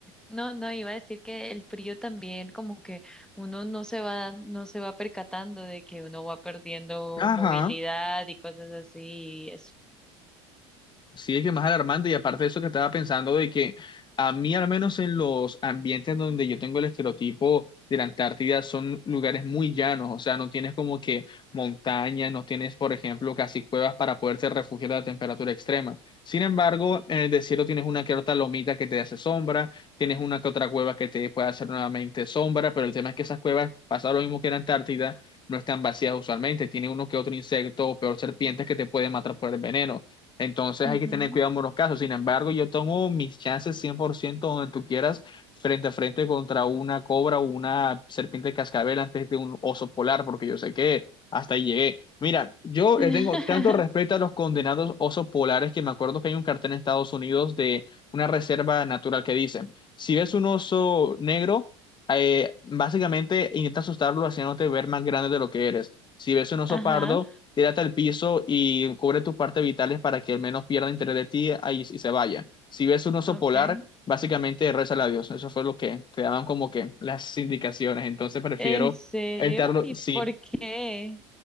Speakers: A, in the centre; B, on the left.
A: no, no iba a decir que el frío también como que uno no se va no se va percatando de que uno va perdiendo
B: ajá.
A: movilidad y cosas así y eso.
B: Sí, es que más alarmante y aparte de eso que estaba pensando de que a mí al menos en los ambientes donde yo tengo el estereotipo de la Antártida son lugares muy llanos, o sea, no tienes como que montañas, no tienes, por ejemplo, casi cuevas para poderte refugiar de la temperatura extrema. Sin embargo, en el desierto tienes una que otra lomita que te hace sombra, tienes una que otra cueva que te puede hacer nuevamente sombra, pero el tema es que esas cuevas, pasa lo mismo que en la Antártida, no están vacías usualmente, tiene uno que otro insecto o peor serpientes que te pueden matar por el veneno. Entonces hay
A: Ujú.
B: que tener cuidado en los casos. Sin embargo, yo tomo mis chances 100% donde tú quieras, frente a frente contra una cobra o una serpiente de cascabel antes de un oso polar, porque yo sé que hasta ahí llegué. Mira, yo
A: <laughs>
B: le tengo tanto respeto a los condenados osos polares que me acuerdo que hay un cartel en Estados Unidos de una reserva natural que dice, si ves un oso negro, eh, básicamente intenta asustarlo haciéndote ver más grande de lo que eres. Si ves un oso
A: Ajá,
B: pardo, tírate al piso y cubre tus partes vitales para que al menos pierda interés de ti ahí y se vaya. Si ves un oso
A: okay.
B: polar, básicamente rézale a Dios. Eso fue lo que te daban como que las indicaciones. Entonces prefiero
A: ¿En serio?
B: estarlo,
A: ¿Y
B: sí,
A: por qué?